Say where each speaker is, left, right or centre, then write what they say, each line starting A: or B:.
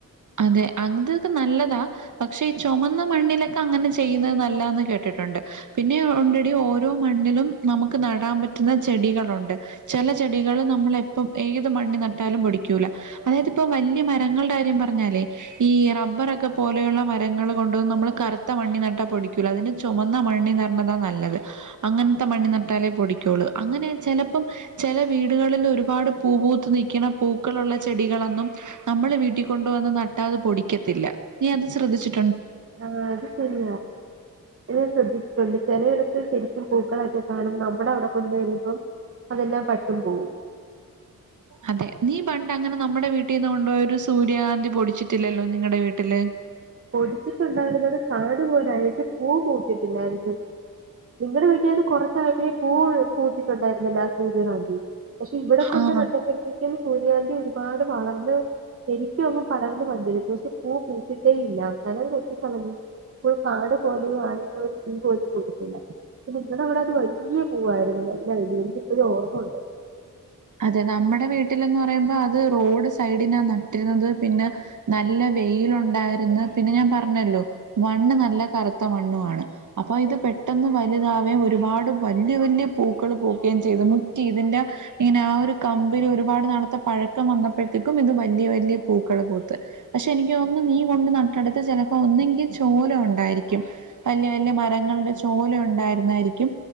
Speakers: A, on the right; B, on the right.
A: അതെ അങ്ങതൊക്കെ നല്ലതാ? പക്ഷെ ഈ ചുമന്ന മണ്ണിലൊക്കെ അങ്ങനെ ചെയ്യുന്നത് നല്ലതാന്ന് കേട്ടിട്ടുണ്ട്. പിന്നെ ഉണ്ടടി ഓരോ മണ് മണ്ണിലും നമുക്ക് നടാൻ പറ്റുന്ന ചെടികളുണ്ട്. ചില ചെടികൾ നമ്മള എപ്പ ഏത് മണ്ണി നട്ടാലും പിടിക്കു ല. അതായത്പ്പ വലിയ മരങ്ങളുടെ കാര്യം പറഞ്ഞാലേ, ഈ റബ്ബറൊക്കെ പോലെയുള്ള മരങ്ങൾ കൊടുന്ന് നമ്മൾ കറുത്ത മണി നട്ട പിടിക്കൂല. അതിന് ചുമന്ന മണ്ണി നടന്നതാ നല്ലത് അങ്ങനത്തെ മണ്ണി നട്ട നട്ടാലേ പിടിക്കുള്ളൂ. അങ്ങനെ ചിലപ്പം ചില വീടുകളിൽ ഒരുപാട് പൂപൂത്ത് നൽക്കണ പൂ പക്കളള്ള ചെടികളൊന്നും നമ്മൾ വീട്ടിൽ കൊണ്ടുവന്ന നട്ടാതെ പൊടിക്കത്തില്ല. നീ അത് ശ്രദ്ധിച്ചിട്ടുണ്ടോ?
B: ആഹ അത് ശരിയാ. ഞാൻ ശ്രദ്ധിച്ചിട്ടുണ്ട് ചിലയിടത്ത് ശരിക്കും പൂക്കളൊക്കെ കാണും. നമ്മുടെ അവിടെ കൊണ്ടുവരുമ്പോ, അതെല്ലാം പട്ടും പോവും.
A: അതെ നീ പണ്ട് അങ്ങനെ നമ്മുടെ വീട്ടീന്ന് കൊണ്ടപോയ ഒരു സൂര്യകാന്തി പൊടിച്ചിട്ടില്ലല്ലോ നിങ്ങളടെ വീട്ടില്?
B: പൊടിച്ചിട്ടുണ്ടായിരുന്ന് ഒരു കാട് പോലെ ആയി. പക്ഷെ പൂ പൂത്തിട്ടില്ലായിരുന്നു. നിങ്ങളടെ വീട്ടിൽ അത് കൊറച്ചായപ്പോഴെ പൂ പൂത്തിട്ടുണ്ടായിരുന്നില്ലെ? ലാസ്റ്റ്. സൂര്യകാന്തി, പക്ഷെ ഇവിടെ കൊണ്ട്
A: ആഹ്
B: നട്ടപ്പോഴത്തേക്കും സൂര്യാന്തി ഒരുപാട് വളർന്ന്, ശരിക്കും അങ് പടർന്ന് പന്തലിച്ചു. പക്ഷെ പൂ പൂത്തി ട്ടേല്ല. അവസാനം വെട്ടിക്കളഞ്ഞു. ഇപ്പോ കാട് പോലെയ ആയുന്ന ഒരു പൂ പോലും പൂത്തിട്ടില്ല. നിങ്ങള അവിടെ അത് വലിയ പൂവായിരുന്നു ല്ല ഇതെനിക്ക് ഇപ്പോഴും ഓർമ്മയുണ്ട്.
A: അതെ നമ്മുടെ വീട്ടിലന്ന് പറയുമ്പോ, അത് റോഡ് സൈഡിനാ നട്ടിരുന്നത്. പിന്നെ നല്ല വെയിലുണ്ടായിരിന്ന്, പിന്നെ ഞാൻ പറഞ്ഞല്ലോ മണ്ണ് നല്ല കറുത്ത മണ്ണും ആണ്. അപ്പൊ ഇത് പെ പെട്ടെന്ന് വലുതാവുകയും ഒരുപാട് വലിയ വല്യ പൂക്കൾ പൂക്കുകയും ചെയ്തു. മുറ്റി ഇതിറെ ഇങ്ങനെ ആ ഒരു കമ്പനി ഒരുപാട് നാളെത്ത പഴക്കം വന്നപ്പോഴത്തേക്കും ഇത് വലിയ വലിയ പൂക്കള് പൂത്ത് പക്ഷെ എനിക്ക് തോന്നുന്നു, നീ കൊണ്ട് നട്ടടുത്ത് ചിലപ്പോ ഒന്നങ്കിൽ ചോലം ഉണ്ടായിരിക്കും. വലിയ വലിയ മരങ്ങൾ ചോല ഉണ്ടായിരുന്നായിരിക്കും.